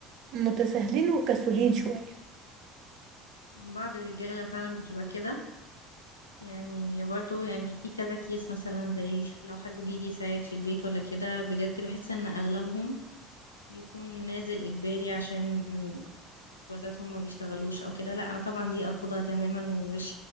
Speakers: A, on the right (about 50°); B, on the left (about 85°).
A: متساهلين وكسولين شوية
B: من بعض الرجالة فعلا بتبقى كده يعني برضو يعني في كذا كيس مثلا زي ال- لو حد بيجي يساعد في البيت ولا كده بجد بحس ان اغلبهم بيكون نازل اجباري عشان جوازاتهم ما بيشتغلوش او كده لا انا طبعا دي ارفضها تماما ومش